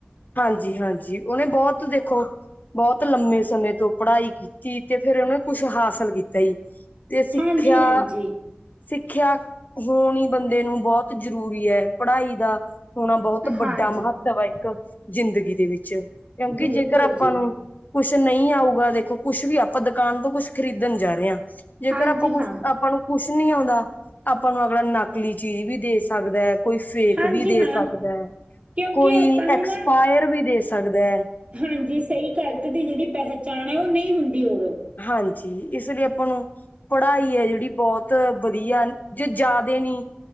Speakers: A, on the left (about 45°); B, on the right (about 35°).
A: ਹਾਂਜੀ ਹਾਂਜੀ ਉਹਨੇ ਬਹੁਤ ਦੇਖੋ ਬਹੁਤ ਲੰਮੇ ਸਮੇਂ ਤੋਂ ਪੜ੍ਹਾਈ ਕੀਤੀ ਤੇ ਫੇਰ ਉਹਨੇ ਕੁਛ ਹਾਸਿਲ ਕੀਤਾ ਈ। ਤੇ ਸਿੱਖਿਆ
B: ਹਾਂਜੀ ਹਾਂਜੀ
A: ਸਿੱਖਿਆ ਹੋਣੀ ਬੰਦੇ ਨੂੰ ਬਹੁਤ ਜ਼ਰੂਰੀ ਐ ਪੜ੍ਹਾਈ ਦਾ ਹੋਣਾ ਬਹੁਤ ਵੱਡਾ
B: ਹਾਂਜੀ
A: ਮਹੱਤਵ ਐ ਇੱਕ ਜ਼ਿੰਦਗੀ ਦੇ ਵਿੱਚ ਕਿਉਂਕਿ
B: ਬਿਲਕੁਲ
A: ਜੇਕਰ ਆਪਾਂ
B: ਜੀ
A: ਨੂੰ ਕੁਛ ਨਹੀਂ ਆਊਗਾ ਦੇਖੋ, ਕੁਛ ਵੀ ਆਪਾਂ ਦੁਕਾਨ ਤੋਂ ਕੁੱਛ ਖਰੀਦਣ ਜਾ ਰਹੇ ਅ ਜੇਕਰ
B: ਹਾਂਜੀ
A: ਆਪਾਂ ਕੁਛ
B: ਹਾਂ
A: ਆਪਾਂ ਨੂੰ ਕੁਛ ਨੀ ਆਉਂਦਾ, ਆਪਾਂ ਨੂੰ ਅਗਲਾ ਨਕਲੀ ਚੀਜ਼ ਵੀ ਦੇ ਸਕਦਾ। ਕੋਈ ਫੇਕ
B: ਹਾਂਜੀ
A: ਵੀ ਦੇ
B: ਹਾਂ
A: ਸਕਦਾ ਐ,
B: ਕਿਉਂਕਿ
A: ਕੋਈ
B: ਆਪਾਂ ਨੂੰ
A: ਐਕਸਪਾਇਰ
B: ਨਾ
A: ਵੀ ਦੇ ਸਕਦਾ ਐ।
B: ਹਾਂਜੀ, ਸਹੀ ਗਲਤ ਦੀ ਜਿਹੜੀ ਪਹਿਚਾਣ ਏ ਉਹ ਨਹੀਂ ਹੁੰਦੀ ਉਦੋਂ।
A: ਹਾਂਜੀ ਇਸ ਲਈ ਆਪਾਂ ਨੂੰ ਪੜ੍ਹਾਈ ਹੈ ਜਿਹੜੀ ਬਹੁਤ ਵਧੀਆ ਜੇ ਜ਼ਿਆਦੇ ਨੀ